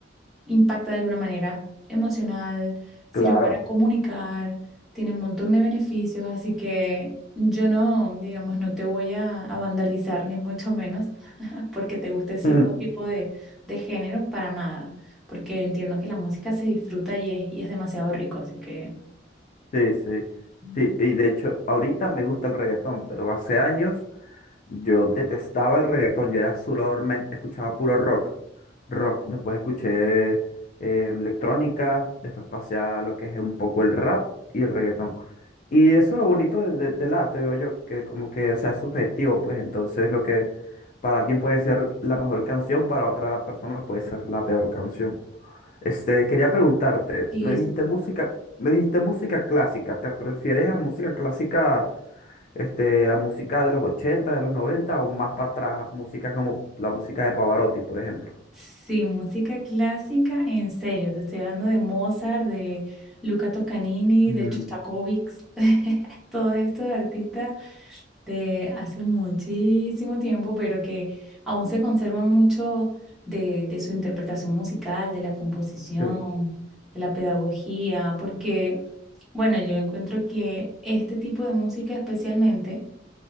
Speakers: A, in the centre; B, on the left.
A: impacta de alguna manera emocional, sirve
B: Claro.
A: para comunicar, tiene un montón de beneficios, así que yo no, digamos, no te voy a, a vandalizar ni mucho menos <laughs> porque te guste cierto
B: <laughs>
A: tipo de, de género para nada, porque entiendo que la música se disfruta y es, y es demasiado rico, así que...
B: Sí, sí.
A: Mm,
B: Sí, y de hecho, ahorita me gusta el reggaetón, pero hace años yo detestaba el reggaetón. Yo era solamente, escuchaba puro rock. Rock. Después escuché eh, electrónica, después pasé a lo que es un poco el rap y el reggaetón. Y eso es lo bonito de- de- del arte, digo yo, que como que, o sea, es subjetivo, pues entonces lo que para alguien puede ser la mejor canción, para otra persona puede ser la peor canción. Este, quería preguntarte,
A: Sí,
B: me dijiste
A: sí,
B: música, me dijiste música clásica, ¿te refieres a música clásica, este, a música de los ochenta de los 90 o más para atrás, a música como la música de Pavarotti, por ejemplo?
A: Sí, música clásica, en serio, te estoy hablando de Mozart, de Luca Toscanini,
B: Mm,
A: de Shostakovich, <laughs> todos estos artistas de hace muchísimo tiempo, pero que aún se conservan mucho de, de su interpretación musical, de la composición,
B: sí.
A: de la pedagogía, porque, bueno, yo encuentro que este tipo de música especialmente,